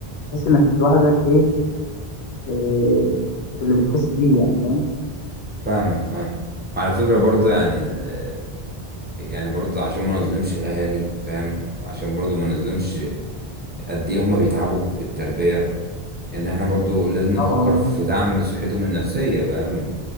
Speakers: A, on the left; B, on the right.
A: تحس إنك مش لوحدك إيه إيه، في اللي بتحس بيه يعني فاهم
B: فاهمك فاهم وعلى فكرة برضه يعني ال... يعني برضه عشان ما نظلمش الأهالي فاهم وعشان برضه ما نظلمش قد إيه هما بيتعبوا في التربية إن إحنا برضه لازم نفكر
A: طبعا
B: في دعم صحتهم النفسية فاهم